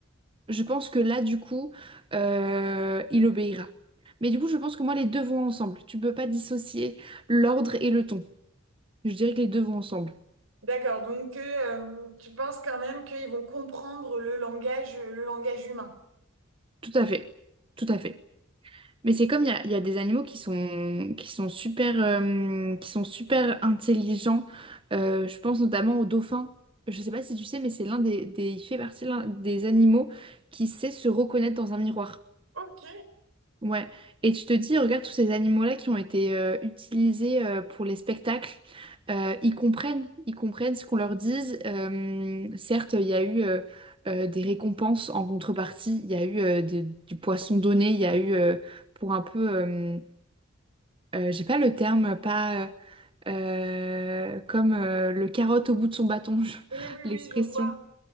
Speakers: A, on the right; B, on the right.
A: Je pense que là, du coup, euh, il obéira. Mais du coup, je pense que moi, les deux vont ensemble. Tu peux pas dissocier l'ordre et le ton. Je dirais que les deux vont ensemble.
B: D'accord, donc euh, hum, tu penses quand même qu'ils vont comprendre le langage, le langage humain.
A: Tout à fait. Tout à fait. Mais c'est comme il y a, il y a des animaux qui sont, qui sont super, euh, qui sont super intelligents. Euh, je pense notamment aux dauphins. Je sais pas si tu sais, mais c'est l'un des, des- il fait partie l'un des animaux qui sait se reconnaître dans un miroir.
B: Ok.
A: Ouais, et tu te dis, regarde tous ces animaux-là qui ont été euh, utilisés euh, pour les spectacles, euh, ils comprennent, ils comprennent ce qu'on leur dise. Euh, certes, il y a eu euh, euh, des récompenses en contrepartie, il y a eu euh, des- du poisson donné, il y a eu euh, pour un peu, euh, euh, j'ai pas le terme, pas euh, euh, comme euh, le carotte au bout de son bâton,
B: Oui,
A: <laughs>
B: oui, oui,
A: l'expression,
B: je vois.